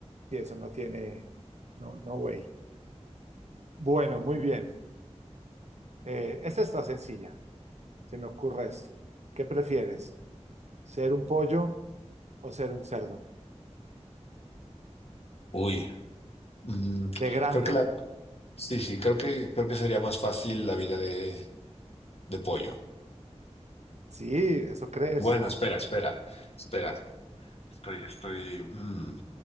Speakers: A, on the right; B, on the left.
A: y eso no tiene, no, no way. Bueno, muy bien. Eh, esta está sencilla. Se me ocurre esto. ¿Qué prefieres? ¿Ser un pollo o ser un cerdo?
B: Uy, mm,
A: De granja.
B: creo que la, sí, sí, creo que creo que sería más fácil la vida de, de pollo.
A: Sí, eso crees.
B: Bueno, espera, espera, espera. Estoy, estoy, mm,